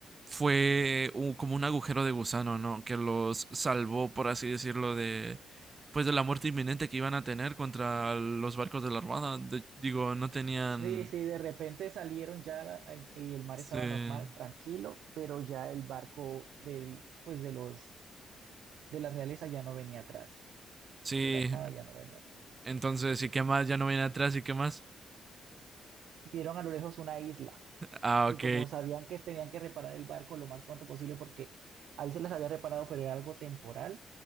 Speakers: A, on the right (about 35°); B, on the right (about 80°).
A: fue u- como un agujero de gusano, ¿no? Que los salvó, por así decirlo, de, pues de la muerte inminente que iban a tener contra los barcos de la Armada. De- digo, no tenían,
B: Sí, sí, de repente salieron ya la- en- y el mar
A: sí,
B: estaba normal, tranquilo, pero ya el barco del, pues de los, de la realeza ya no venía atrás,
A: sí.
B: de la armada ya no venía atrás.
A: Entonces, ¿y qué más? Ya no viene atrás, ¿y qué más?
B: Vieron a lo lejos una isla
A: Ah,
B: y
A: ok,
B: como sabían que tenían que reparar el barco lo más pronto posible porque ahí se les había reparado, pero era algo temporal,